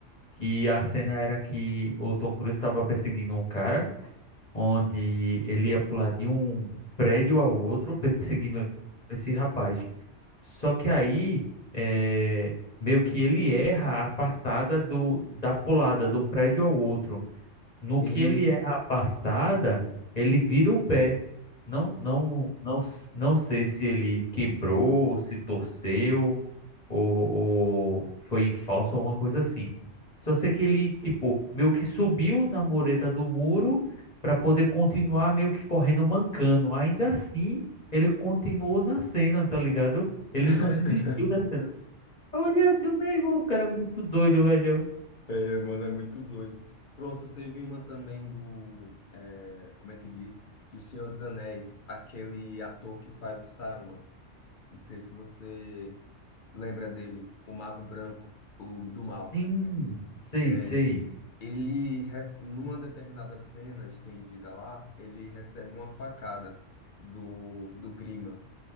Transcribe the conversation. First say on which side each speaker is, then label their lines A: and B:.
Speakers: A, on the left (about 35°); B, on the left (about 55°).
A: que a cena era que o Tom Cruise estava perseguindo um cara, onde ele ia pular de um prédio ao outro perseguindo esse rapaz. Só que aí, é, meio que ele erra a passada do, da pulada do prédio ao outro. No
B: E
A: que ele erra a passada, ele vira o pé. Não, não, não, s- não sei se ele quebrou, se torceu, ou, ou foi em falso, alguma coisa assim. Só sei que ele, tipo, meio que subiu na mureta do muro para poder continuar meio que correndo mancando. Ainda assim, ele continuou na cena, tá ligado? Ele
B: <laughs>
A: não desistiu da cena. Olha, assim, meu irmão, o cara é muito doido, velho.
B: É, mano, é muito doido. Pronto, teve uma também do, é, como é que diz? Do Senhor dos Anéis, aquele ator que faz o Saruman. Não sei se você lembra dele, o Mago Branco, o do mal.
A: Sim, sei,
B: É,
A: sei.
B: Ele, rece- numa determinada cena estendida lá, ele recebe uma facada do, do Grima.